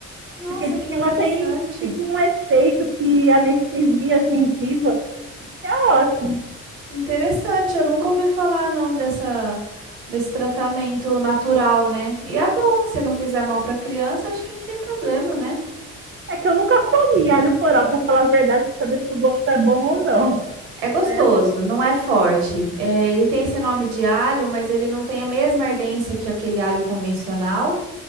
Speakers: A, on the right; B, on the right.
A: Nossa,
B: porque diz
A: que
B: que
A: interessante.
B: ela tem tipo um efeito que anestesia a gengiva, isso é ótimo.
A: Interessante, eu nunca ouvi falar não dessa desse tratamento natural, né? E é bom, se não fizer mal para criança, acho que não tem problema, né?
B: É que eu nunca comi alho poró, pra falar a verdade, pra saber se o gosto é bom ou não,
A: É gostoso,
B: né?
A: não é forte. É, ele tem esse nome de alho, mas ele não tem a mesma ardência que aquele alho convencional.